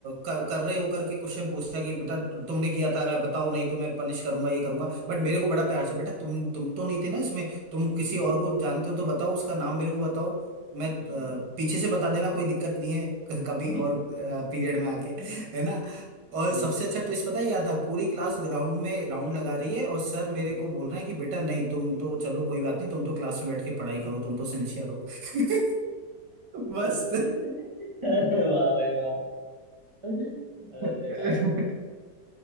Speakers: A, on the right (about 80°); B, on the right (about 30°).
A: कर, कर रहे होकर के क्वेश्चन पूछा कि बेटा तुमने किया था अगर बताओ नहीं तो मैं पनिश करूंगा ये करूंगा बट मेरे को बड़ा प्यार से बेटा तुम तुम तो नहीं थे ना इसमें तुम किसी
B: हम्म
A: और को जानते हो तो बताओ उसका नाम मेरे को बताओ मैं अ,
B: हम्म
A: पीछे से बता देना कोई दिक्कत नहीं है क- कभी
B: हम्म,
A: और पीरियड में आके
B: हम्म,
A: है ना और
B: हम्म,
A: सबसे अच्छा ट्विस्ट पता है क्या था पूरी क्लास ग्राउंड में राउंड लगा रही है और सर मेरे
B: हम्म।
A: को बोल रहे हैं कि बेटा नहीं तुम तो चलो कोई बात नहीं तुम तो क्लास में बैठ के पढ़ाई करो तुम तो सिंसियर हो <laughs> बस
B: अरे वाह भाई वाह अरे
A: <laughs>
B: यार